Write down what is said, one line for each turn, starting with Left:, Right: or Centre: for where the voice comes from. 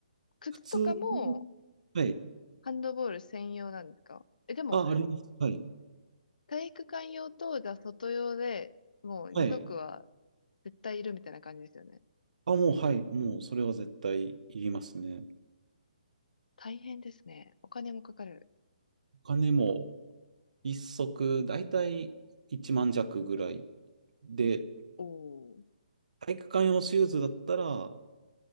Left: 靴とかも
Right: 普通はい。
Left: ハンドボール専用なんですかえ、でも、
Right: あ、あります。はい。
Left: 体育館用と、じゃあ外用でもう二足は
Right: はい。
Left: 絶対いるみたいな感じですよね。
Right: あ、もう、はい。もう、それは絶対いりますね。
Left: 大変ですね。お金もかかる。
Right: お金も、一足、だいたい1万弱ぐらい。で、
Left: おー。
Right: 体育館用のシューズだったら、